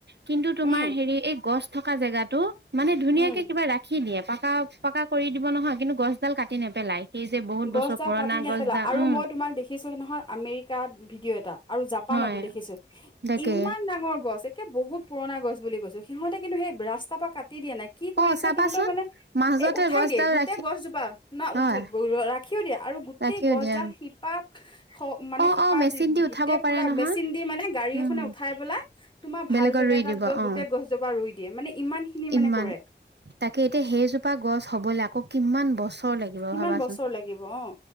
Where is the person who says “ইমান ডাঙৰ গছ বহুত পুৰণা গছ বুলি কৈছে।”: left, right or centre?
Left